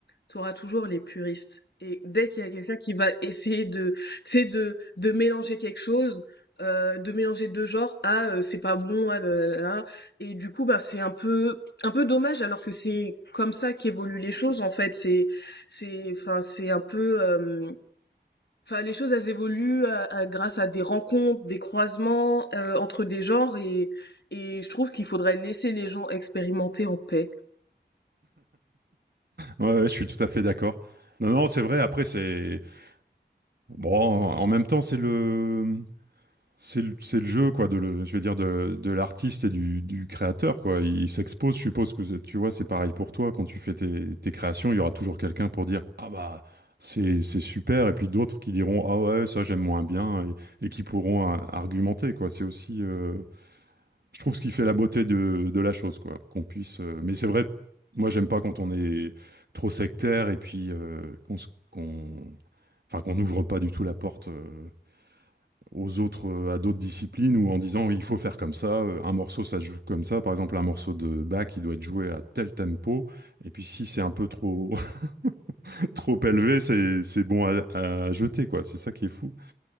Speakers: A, on the left; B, on the right.
A: tu auras toujours les puristes. Et dès qu'il y a quelqu'un qui va essayer de, tu sais, de, de mélanger quelque chose, euh, de mélanger deux genres, ah, euh, c'est pas bon, ah, là, là, là, là. Et du coup, bah, c'est un peu, un peu dommage, alors que c'est comme ça qu'évoluent les choses, en fait. C'est, c'est, enfin, c'est un peu, euh, enfin les choses elles évoluent à- à- grâce à des rencontres, des croisements euh, entre des genres et et je trouve qu'il faudrait laisser les gens expérimenter en paix.
B: Ouais, ouais, je suis tout à fait d'accord. Non, non, c'est vrai. Après, c'est bon. En même temps, c'est le, c'est le, c'est le jeu quoi, de le, je veux dire de, de l'artiste et du, du créateur quoi. Il, s'expose. Je suppose que c'est- tu vois, c'est pareil pour toi quand tu fais tes, tes créations. Il y aura toujours quelqu'un pour dire ah bah c'est c'est super et puis d'autres qui diront ah ouais ça j'aime moins bien et, et qui pourront euh, argumenter quoi. C'est aussi euh, je trouve ce qui fait la beauté de, de la chose, quoi. Qu'on puisse. euh, mais c'est vrai, moi, j'aime pas quand on est trop sectaire et puis euh, qu'on se- qu'on, enfin, qu'on n'ouvre pas du tout la porte euh, aux autres, euh, à d'autres disciplines ou en disant oui, il faut faire comme ça, euh, un morceau ça se joue comme ça. Par exemple, un morceau de Bach, il doit être joué à tel tempo. Et puis si c'est un peu trop <laughs> trop élevé, c'est c'est bon à, à jeter, quoi. C'est ça qui est fou.